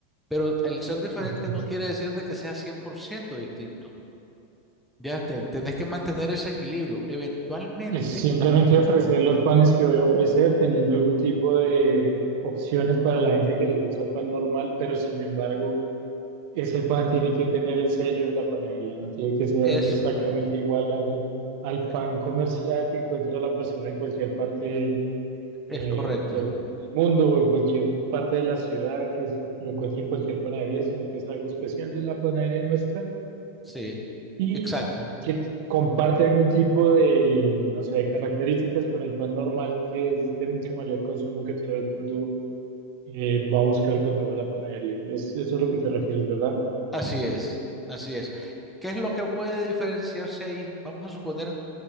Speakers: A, in the centre; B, on the right.
A: Pero el ser diferente
B: ok.
A: no quiere decir de que sea 100% distinto. Ya te- tenés que mantener ese equilibrio. Eventualmente
B: Es simplemente ofrecer los panes que voy a ofrecer, teniendo algún tipo de opciones para la gente que le gusta el pan normal, pero sin embargo, ese pan tiene que tener el sello de la panadería, no tiene que ser
A: es
B: exactamente
A: correcto.
B: igual al, al
A: Es,
B: pan comercial que encuentra la persona en cualquier parte
A: es
B: eh,
A: correcto.
B: de- del mundo o en cualquier parte de la ciudad que es- lo encuentra en cualquier panadería, sino que es algo especial de la panadería nuestra
A: Sí,
B: y
A: exacto.
B: que comparte algún tipo de, no sé, de características con el pan normal, que es de mucho mayor consumo que todo el mundo eh, va a buscar cuando va a la panadería. Es, eso es lo que te refieres, ¿verdad?
A: Así es. Así es. ¿Qué es lo que puede diferenciarse ahí? Vamos a suponer